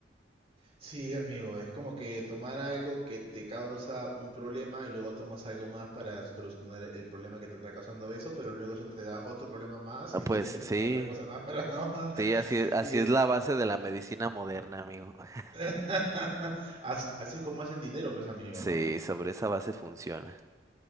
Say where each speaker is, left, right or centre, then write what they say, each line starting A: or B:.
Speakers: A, on the right (about 35°); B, on the right (about 15°).
A: Sí, amigo, es como que tomar algo que te causa un problema y luego tomas algo más para solucionar el problema que te está causando eso, pero luego eso te da otro problema más
B: Ah,
A: que
B: pues
A: tienes que tomar
B: sí,
A: otra cosa más para <laughs> no.
B: sí, así es, así
A: Y es-
B: es la base de la medicina moderna, amigo. <laughs>
A: <laughs> As- así es como hacen dinero, pues, amigo,
B: Sí,
A: ¿no?
B: sobre esa base funciona.